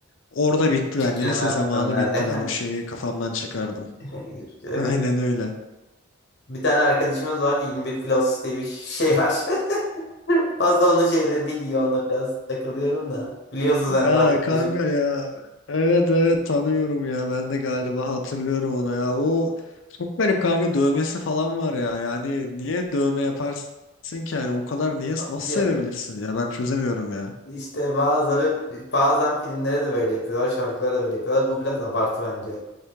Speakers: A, on the left (about 70°); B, on the left (about 50°).
A: Orada bitti
B: Küçük
A: bende.
B: yani
A: Lise
B: artık
A: zamanı
B: onlar
A: bitti
B: ya.
A: ben. O şeyi kafamdan çıkardım.
B: <laughs>
A: <laughs>
B: Evet.
A: Aynen öyle.
B: Bir tane arkadaşımız var 21 Plus diye bir şey var. <laughs> Fazla onun şeylerini giyiyor onunla biraz takılıyorum da. Biliyorsun
A: Ya
B: sen de o arkadaşım.
A: kanka ya. Evet evet tanıyorum ya. Ben de galiba hatırlıyorum onu ya. O çok garip kanka dövmesi falan var ya. Yani niye dövme yaparsın ki yani? O kadar niye nasıl
B: Bir-
A: sevebilirsin ya? Ben çözemiyorum ya.
B: İşte bazıları bazen filmlere de böyle yapıyorlar, şarkılara da böyle yapıyorlar. Bu biraz abartı bence.